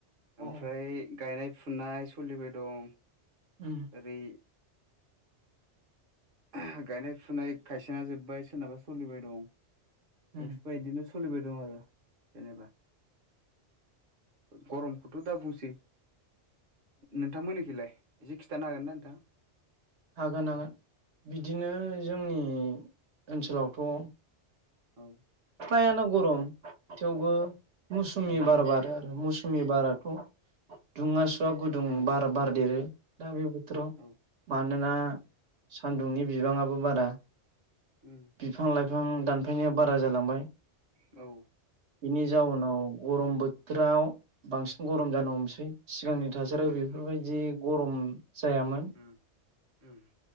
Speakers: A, on the right (about 75°); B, on the right (about 50°).
A: अ
B: ओमफ्राय गायनाय फुनाय सलिबाय दं
A: उम
B: ओरै <unintelligible> गायनाय फुनाय खायसे ना जोबबाय सोरनाबा सलिबाय दं
A: उम
B: इफोर बायदिनो सलिबाय दं आरो जेनेबा। गरम खौथ' दा बुंसै। नोंथांमोननिखिलाय एसे खिथानो हागोन ना नोंथां
A: हागोन हागोन। बिदिनो जोंनि ओनसोलावथ'
B: औ।
A: फ्रायानो गरम थेवबो मौसुमि
B: औ
A: बार बारो आरो मौसु मि बाराथ' दुङा सुवा गुदुं
B: ओम
A: बार बारदेरो। दा बेबा थोराव
B: औ
A: मानोना सान्दुंनि बिबाङाबो बारा।
B: उम
A: बिफां लाइफां दानफायनाया बारा जालांबाय।
B: औ।
A: बेनि जाउनाव गरम बोथोराव बांसिन गरम जानो हमसै सिगांनि थासारियाव
B: उम
A: बेफोरबायदि गरम जायामोन।
B: उम उम।